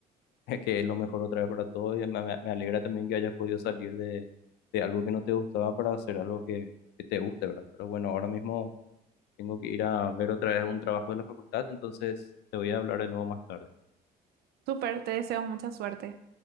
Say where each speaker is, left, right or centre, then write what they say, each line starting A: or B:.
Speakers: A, on the left; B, on the right.
A: <laughs> que es lo mejor otra vez para todos y me, me- me alegra también que hayas podido salir de, de algo que no te gustaba para hacer algo que, que te guste, ¿verdad? Pero bueno, ahora mismo tengo que ir a ver otra vez un trabajo de la facultad, entonces te voy a hablar de nuevo más tarde.
B: Súper, te deseo mucha suerte.